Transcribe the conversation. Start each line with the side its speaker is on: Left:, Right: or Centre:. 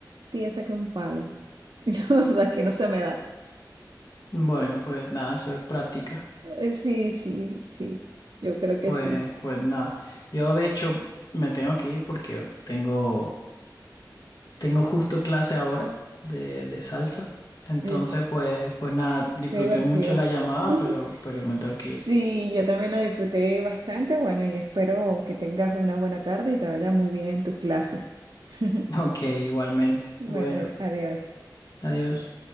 Right: tiesa que un palo. <laughs> Y la verdad es que no se me da.
Left: bueno,
Right: Y,
Left: pues nada, eso es práctica.
Right: eh, sí, sí, sí, yo creo que
Left: Pues,
Right: sí.
Left: pues nada. Yo de hecho me tengo que ir porque tengo Tengo justo clase ahora de, de salsa. Entonces,
Right: Oye,
Left: pues, pues nada, disfruté
Right: qué divertido.
Left: mucho la llamada,
Right: <laughs>
Left: pero, pero me tengo
Right: Sí,
Left: que ir.
Right: yo también la disfruté bastante. Bueno, y espero que tengas una buena tarde y te vaya muy bien en tus clases. <laughs>
Left: <laughs> Ok, igualmente.
Right: Bueno,
Left: Bueno,
Right: ad- adiós.
Left: adiós.